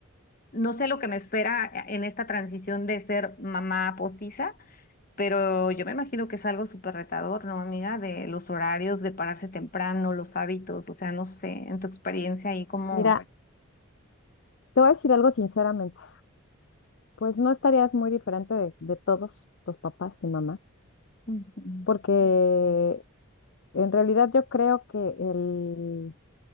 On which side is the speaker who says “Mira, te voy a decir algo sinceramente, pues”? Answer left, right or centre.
Left